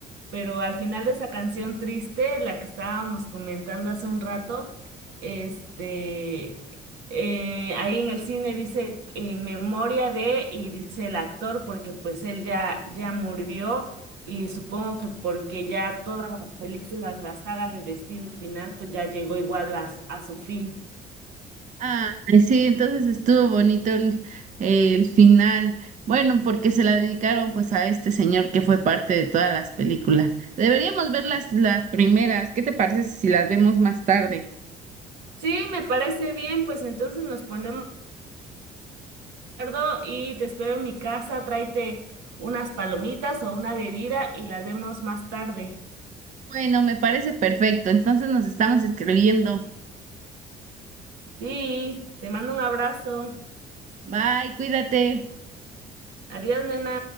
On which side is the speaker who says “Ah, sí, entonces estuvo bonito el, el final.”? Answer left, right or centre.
Right